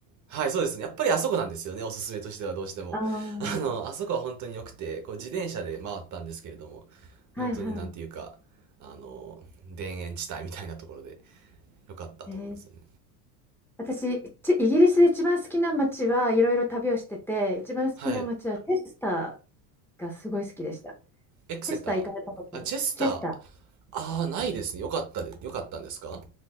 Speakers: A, on the right; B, in the centre.
A: はい、そうですね。やっぱりあそこなんですよね。おすすめとしてはどうしても。
B: ああ、
A: <laughs> あの、あそこは本当に良くて、こう自転車で回ったんですけれども、
B: はいはい。
A: 本当になんていうか、あの、田園地帯みたいなところで良かったと思うんですよね。
B: えー私、ちイギリスで一番好きな街はいろいろ旅をしてて、一番好きな街はチェスタ
A: はい。
B: ーがすごい好きでした。
A: エクセター。
B: チェスター行かれたことあり、
A: あ、チェスター。
B: チェスタ
A: ああ、ないですね。良かったで、良かったんですか